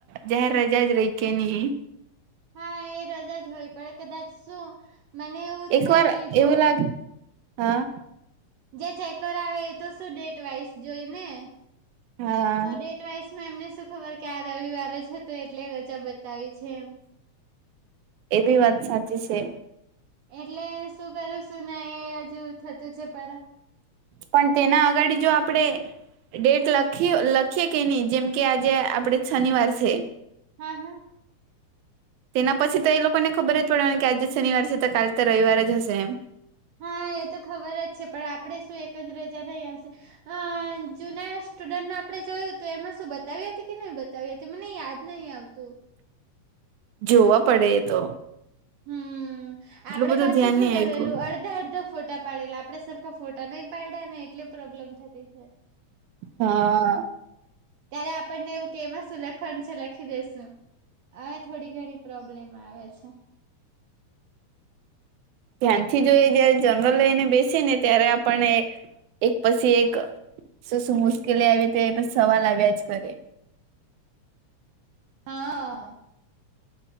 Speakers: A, on the right; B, on the right.
A: જાહેર રજા જ રહી કે નહી.
B: હા, એ રજા જ હોય પણ કદાચ શું મને એવું
A: એક
B: થાય
A: વાર
B: કે જો
A: એવું લાગે હા.
B: જે ચેકર આવે એ તો શું ડેટ વાઈઝ જોઈ ને
A: હા
B: તો ડેટ વાઈઝમાં એમને શું ખબર કે આ રવિવાર જ હતો એટલે રજા બતાવી છે એમ.
A: એ બી વાત સાચી છે.
B: એટલે શું કરું શું ને એ હજુ થતું છે પડા
A: પણ તેના આગડ જો આપડે ડેટ લખી લખીએ કે નહી જેમ કે આજે આપડે શનિવાર છે.
B: હા, હા.
A: તેના પછી તો એ લોકોને ખબર જ પડવાની કે આજે શનિવાર છે તો કાલે તો રવિવારે જ હશે એમ.
B: હા, એ તો ખબર જ છે પણ આપડે શું એક જ રજા નહી આવશે અહ જૂના સ્ટુડન્ટ ના આપડે જોયું હતું એમાં શું બતાવી હતી કે નહી બતાવી હતી મને યાદ નહીં આવતું.
A: જોવા પડે એતો.
B: હમ્મ, આપડે
A: બધું
B: પાછું
A: ધ્યાન
B: શું
A: નહી
B: કરેલું
A: આપ્યું
B: અડ ધો અડધો ફોટા પાડેલા આપડે સરખા ફોટા નઈ પાડ્યા ને એટલે પ્રોબ્લેમ થતી છે.
A: હા.
B: ત્યારે આપણને એવું કે એમ શું કંસ છે લખી દેસુ હવે થોડી ઘણી પ્રોબ્લેમ આવે છે.
A: ધ્યાનથી જોઈ જયારે જનરલ લઈને બેસી ને ત્યારે આપણને એક પસી એક સું સું મુસ્કેલી આવી તે એ સવાલ આવ્યા જ કરે.
B: આ